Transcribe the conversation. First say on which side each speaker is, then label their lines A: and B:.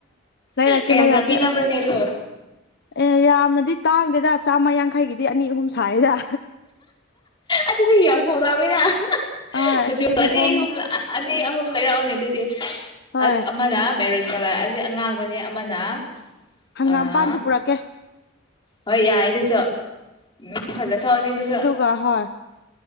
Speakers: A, on the left; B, on the left.
A: ꯂꯩꯔꯛꯀꯦ
B: ꯀꯌꯥ
A: ꯂꯩꯔꯛꯀꯦ
B: ꯀꯌꯥ ꯄꯤꯅꯕ꯭ꯔꯣꯅꯦ
A: ꯑꯁ
B: ꯑꯗꯣ
A: ꯑꯦ ꯌꯥꯝꯅꯗꯤ ꯇꯥꯡꯗꯦꯗ ꯆꯥꯝꯃ ꯌꯥꯡꯈꯩꯒꯤꯗꯤ ꯍꯨꯝꯁꯥꯏꯗ
B: ꯑꯗꯨꯗꯤ ꯌꯥꯝ ꯍꯔꯛꯑꯕꯅꯤꯅ
A: ꯑꯥ
B: ꯃꯆꯨ
A: ꯑꯁꯤꯗꯗꯤ
B: ꯑꯅꯤ
A: ꯍꯣꯡꯉꯦ
B: ꯑꯍꯨꯝ ꯑꯅꯤ ꯑꯍꯨꯝ ꯂꯩꯔꯛꯑꯣꯅꯦ ꯑꯗꯨꯗꯤ
A: ꯍꯣꯏ
B: ꯑ ꯑꯃꯅ ꯃꯦꯔꯣꯏꯟ ꯀꯂꯥ ꯑꯁꯤꯁ ꯑꯉꯥꯡꯕꯅꯦ ꯑꯃꯅ
A: ꯍꯪꯒꯥꯝꯄꯥꯟꯖꯨ
B: ꯑ
A: ꯄꯨꯔꯛꯀꯦ
B: ꯍꯣꯏ ꯌꯥꯏ ꯑꯗꯨꯁꯨ ꯅꯪ ꯐꯖ ꯊꯣꯛꯑꯅꯤ ꯑꯗꯨꯁꯨ
A: ꯑꯗꯨꯒ ꯍꯣꯏ